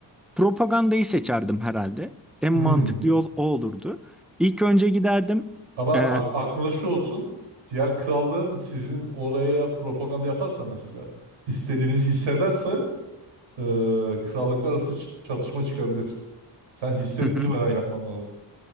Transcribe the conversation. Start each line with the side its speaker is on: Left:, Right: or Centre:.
Centre: propagandayı seçerdim herhalde. En
Right: Hı.
Centre: mantıklı yol o olurdu. İlk önce giderdim.
Right: Ama
Centre: E,
Right: ak- aklında şu olsun. Diğer krallığın sizin oraya propaganda yaparsa mesela istediğinizi hissederse e, krallıklar arası çı- çatışma çıkabilir. Sen hissettirmeden
Centre: <laughs>
Right: yapman lazım.